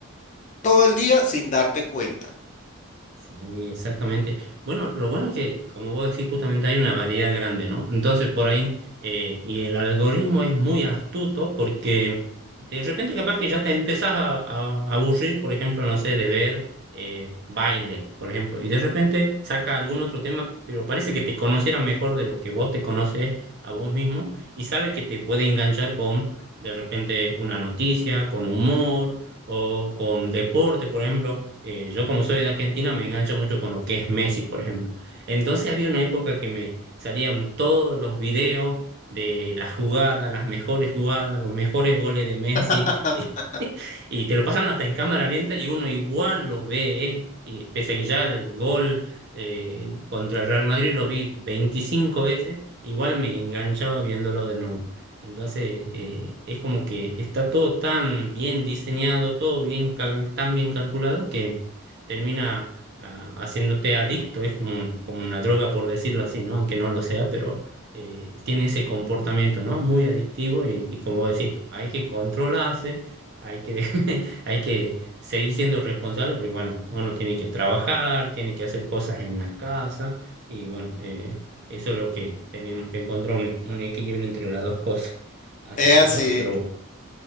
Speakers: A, on the left; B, on the right.
A: todo el día sin darte cuenta.
B: Sí, exactamente. Bueno, lo bueno es que, como vos decís, justamente hay una variedad grande, ¿no? Entonces, por ahí, eh, y el algoritmo es muy astuto porque de repente capaz que ya te empezás a, a aburrir, por ejemplo, no sé, de ver eh, baile, por ejemplo, y de repente saca algún otro tema, pero parece que te conociera mejor de lo que vos te conoces a vos mismo y sabe que te puede enganchar con, de repente, una noticia, con humor o con deporte, por ejemplo eh, yo como soy de Argentina me engancho mucho con lo que es Messi, por ejemplo. Entonces había una época que me salían todos los videos de las jugadas, las mejores jugadas, los mejores goles de Messi.
A: <laughs>
B: <laughs> y te lo pasan hasta en cámara lenta y uno igual los ve, eh, y pese a que ya el gol eh, contra el Real Madrid lo vi 25 veces, igual me enganchaba viéndolo de nuevo. Entonces, eh, es como que está todo tan bien diseñado, todo bien cal- tan bien calculado que termina ah, haciéndote adicto, es como, como una droga, por decirlo así, ¿no? Aunque no lo sea, pero eh, tiene ese comportamiento, ¿no? Muy adictivo y, y como decís, hay que controlarse hay que, <laughs> hay que seguir siendo responsable porque, bueno, uno tiene que trabajar, tiene que hacer cosas en la casa y, bueno, eh, eso es lo que tenemos que encontrar, un, un equilibrio entre las dos cosas. Así
A: Es
B: que,
A: así,
B: bueno, pero